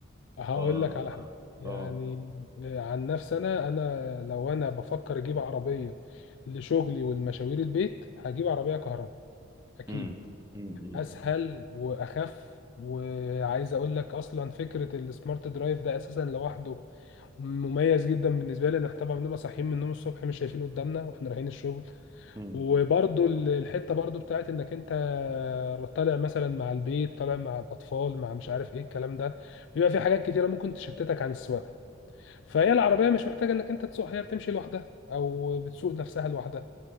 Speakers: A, on the left; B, on the right.
A: هقول
B: ف
A: لك على حاجه يعني
B: اه
A: آه، عن نفسي انا انا لو انا بفكر اجيب عربيه لشغلي والمشاوير البيت هجيب عربيه كهرباء اكيد
B: امم امم
A: اسهل واخف وعايز اقول لك اصلا فكره السمارت درايف ده اساسا لوحده مميز جدا بالنسبه لي ان احنا طبعا بنبقى صاحيين من النوم الصبح مش شايفين قدامنا واحنا رايحين الشغل
B: امم
A: وبرضو ال- الحته برضو بتاعت انك انت طالع مثلا مع البيت طالع مع الاطفال مع مش عارف ايه الكلام ده بيبقى في حاجات كتيره ممكن تشتتك عن السواقه فهي العربيه مش محتاجه انك انت تسوق هي بتمشي لوحدها او بتسوق نفسها لوحدها